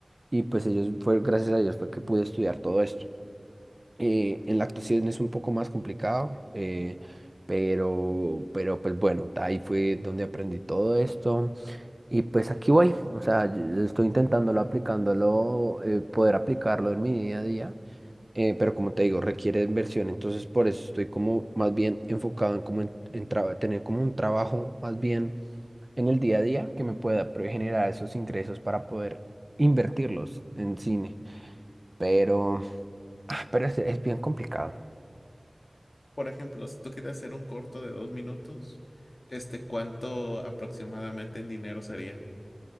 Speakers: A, on the right; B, on the left.
A: y pues ellos fue gracias a ellos fue que pude estudiar todo esto. Eh, en la actuación es un poco más complicado, eh, pero pero pues bueno, ahí fue donde aprendí todo esto y pues aquí voy, o sea, yo- yo estoy intentándolo, aplicándolo, eh, poder aplicarlo en mi día a día eh, pero como te digo, requiere inversión, entonces por eso estoy como más bien enfocado en, como en, en traba- tener como un trabajo más bien en el día a día que me pueda pre- generar esos ingresos para poder invertirlos en cine, pero, ah, pero es, es bien complicado.
B: Por ejemplo, si tú quieres hacer un corto de dos minutos, este, ¿cuánto aproximadamente en dinero sería?